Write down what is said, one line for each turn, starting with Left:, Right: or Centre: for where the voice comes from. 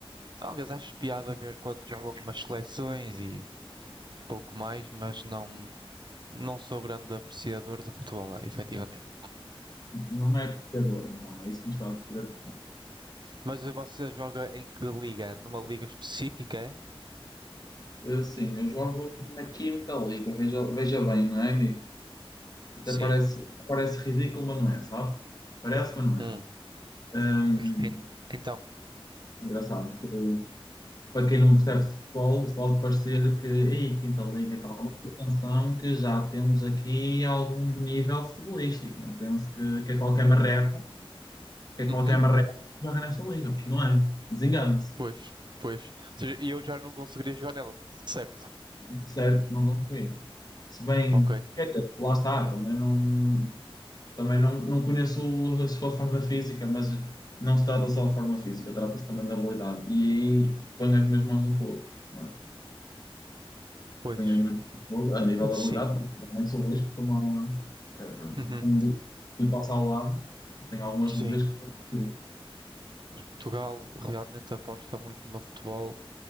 Right: Talvez acho piada a ver quando jogo algumas seleções e pouco mais, mas não, não sou grande apreciador de futebol, efetivamente.
Left: não é pescador, então. É isso que me está a querer dizer.
Right: Mas você joga em que liga? Numa liga específica, é?
Left: Eh, Sim, eu jogo na quinta liga. Veja, veja bem, não é, amigo? Até
Right: Sim.
Left: parece, parece ridículo, mas não é, sabe? Parece, mas não
Right: Hum.
Left: é. Hum,
Right: en- Então.
Left: engraçado que para quem não percebe futebol pode parecer que, ei, Quinta Liga e tal, mas atenção que já temos aqui algum nível futebolístico. Não penso que, que é qualquer marreco, que é
Right: Uhum.
Left: qualquer marreco que joga nesta liga, porque não é. Desengane-se.
Right: Pois, pois. Ou seja, E eu já não conseguiria jogar nela, certo?
Left: É, Certo que não consigo. Se bem,
Right: Ok.
Left: quer dizer, lá está, também não. Também não, não conheço a sua forma física, mas não se trata só da forma física, trata-se também da habilidade. E aí ponho as minhas mãos no fogo, não é?
Right: Pois.
Left: Ponho as minhas mãos no fogo, a nível da
Right: Sim.
Left: habilidade, mas eu também sou listo como, a, é, pronto,
Right: Uhum.
Left: como digo, quem passa ao lado, tenho algumas
Right: Sim.
Left: dúvidas que estou aqui.
Right: Portugal realmente aposta muito no futebol.